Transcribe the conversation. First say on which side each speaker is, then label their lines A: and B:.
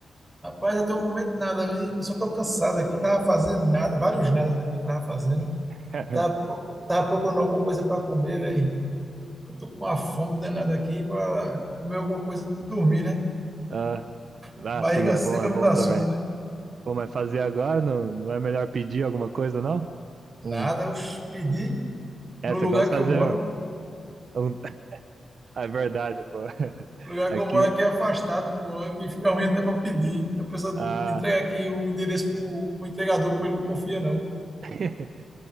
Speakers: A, on the right; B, on the right.
A: Rapaz, até o momento nada, vi. Eu só tô cansado aqui, tava fazendo nada, vários nadas aqui eu tava fazendo.
B: <laughs>
A: Tava, pro- tava procurando alguma coisa para comer, velho. Eu tô com uma fome danada aqui para comer alguma coisa, e dormir, né?
B: Ah,
A: Barriga
B: ah, sim, é
A: seca
B: bom, é
A: não
B: bom
A: dá
B: também.
A: sono, né?
B: Pô, mas fazer agora não, não é melhor pedir alguma coisa, não?
A: Nada,
B: Um.
A: eu pedi
B: É,
A: no
B: você
A: lugar
B: gosta
A: que eu
B: de fazer
A: moro,
B: um. um- <laughs> É verdade, pô. <laughs>
A: O lugar
B: Aqui.
A: que eu moro aqui é afastado, pô, aqui fica ruim até para pedir. A pessoa
B: Ah,
A: entrega aqui o endereço pro, pro entregador, pô, ele não confia não.
B: <laughs>